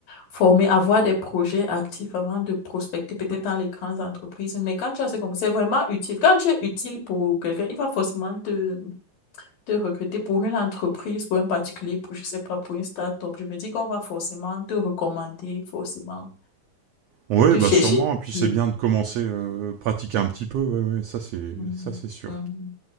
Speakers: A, on the left; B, on the right.
A: former, avoir des projets actifs avant de prospecter peut-être dans les grandes entreprises. Mais quand tu as ce compétences, c'est vraiment utile. Quand tu es utile pour quelqu'un, il va forcément te, te recruter pour une entreprise, pour un particulier, pour, je sais pas, pour une start-up. Je me dis qu'on va forcément te recommander, forcément
B: Ouais,
A: te
B: bah
A: chercher.
B: sûrement, et puis c'est
A: Oui.
B: bien de commencer, heu, pratiquer un petit peu, ouais, ouais, ça c'est
A: Mhm.
B: ça c'est sûr.
A: Mhm.